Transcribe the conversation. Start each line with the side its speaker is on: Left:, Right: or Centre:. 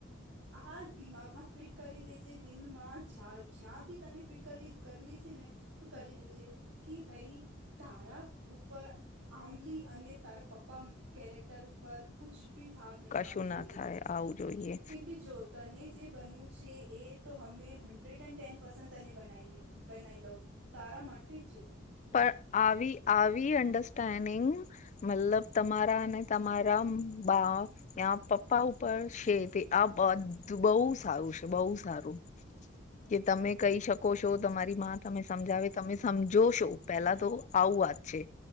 Right: આ દિમાગમાં ફિટ કરી લેજે દિલમાં જા જ્યાં બી તને ફિટ કરી કરવી છે ને તો કરી લેજે. કે ભઈ તારા ઉપ ઉપર આંગલી અને તારા પપ્પા કેરેક્ટર પર કુછ ભી થાક નહી
Left: કશું
Right: આવું જોઈએ,
Left: ના થાય આવું જોઈએ
Right: કેમ કે જો તને જે બનવું છે. એ તો હમે હન્ડ્રેડ એન્ડ ટેન પર્સન્ટ તને બનાવી બેનઈ લોવ તારા મટી ચે.
Left: પણ આવી, આવી અંડર સ્ટેન્ડિંગ મલબ તમારા અને તમારા બા ત્યાં પપ્પા ઉપર છે, તે આ બધું બહુ સારું છે. બહુ સારું. કે તમે કહી શકો છો. તમારી માં તમે સમજાવે તમે સમજો શો. પેલા તો આવું વાત છે,